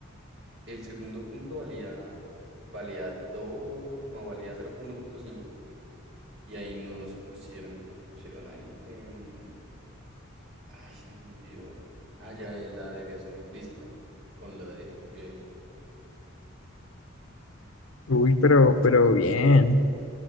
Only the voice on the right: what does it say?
el segundo punto valía, valía dos más valía ser cinco Y ahí nos pusieron, que nos pusieron ahí, em, ay, se me olvidó. Ah, ya, eh, la derivación implícita, con lo de ye.